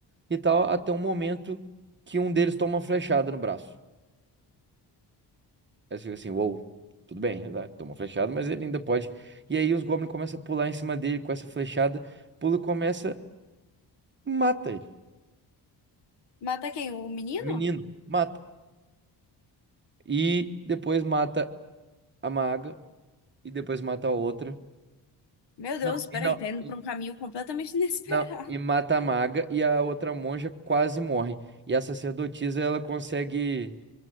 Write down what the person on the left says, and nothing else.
Mata quem? O menino?
Meu Deus,
peraí,
tá indo
pra um caminho completamente <laughs> inesperado.